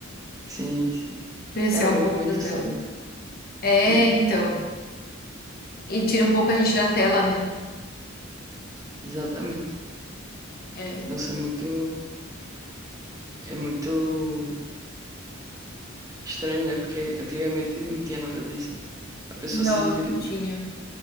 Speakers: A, on the right (about 15°); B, on the left (about 50°).
A: Sim, sim.
B: Presenciar
A: Cara, movimento
B: um pouco da tela.
A: o cérebro.
B: É,
A: Hum?
B: então. E tira um pouco a gente da tela, né?
A: Exatamente.
B: É.
A: Nossa, é muito, é muito estranho, né? Porque antigamente não tinha nada disso. A pessoa
B: Não,
A: se divi-
B: não
A: di-
B: tinha.